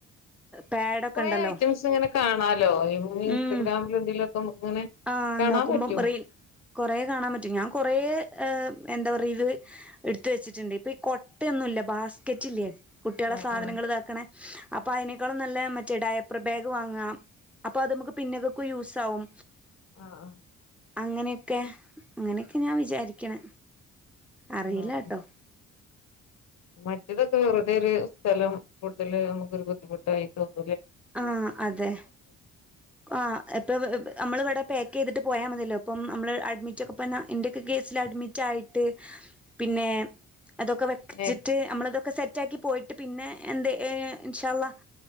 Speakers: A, in the centre; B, on the left (about 60°).
A: പാഡൊക്കെ
B: കൊറേ
A: ഉണ്ടല്ലോ
B: ഐറ്റംസ് ഇങ്ങനെ കാണാലോ എന്നും ഇൻസ്റ്റാഗ്രാമിൽ
A: ഉം
B: എന്തെലുയൊക്കെ നമുക്ക് ഇങ്ങനെ
A: ആഹ്
B: കാണാൻ
A: നോക്കുമ്പം
B: പറ്റും
A: റീൽ കൊറേ കാണാൻ പറ്റും ഞാൻ കൊറേ എന്താ പറയ ഇത് എടുത്ത് വെച്ചിട്ടുണ്ട് ഇപ്പൊയി കൊട്ട ഒന്നുയില്ല ബാസ്ക്കറ്റില്ലേ കുട്ടികളെ
B: ആ
A: സാധനങ്ങള്
B: ആ
A: ഇതാക്കണേ അപ്പൊ അയിന്- മക്കളും നല്ല മറ്റേ ഡയപ്പറ് ബാഗ് വാങ്ങുവ അപ്പോ അത് നമ്മ്ക്ക് പിന്നെയൊക്കെ യൂസാവും
B: ആഹ് ആഹ്
A: അങ്ങനെ ക്കെ അങ്ങനെക്കെ ഞാൻ വിചാരിക്കണ് അറിയില്ലട്ടോ
B: ആ
A: <inaudible>
B: മറ്റതൊക്കെ വെറുതെ ഒരു സ്ഥലം കൂടതല് നമുക്കൊരു ബുദ്ധിമുട്ടായി തോനും
A: ആ അതെ ആ എപ്പ എവ് എവ് നമ്മളിവടെ പായ്ക്ക് ചെയ്തിട്ട് പോയ മതിയല്ലോ ഇപ്പം നമ്മള് അഡ്മിറ്റ് ഒക്കെ പിന്നെ എൻ്റെയൊക്കെ കേസിൽ അഡ്മിറ്റ് ആയിട്ട് പിന്നേ- അതൊക്കെ വെച്ചിട്ട്
B: നേ
A: അമ്മളതൊക്കെ സെറ്റ് മിറ്റാക്കി പോയിട്ട് പിന്നെ എന്തേ ഏ ഇൻഷാ അള്ളാഹ്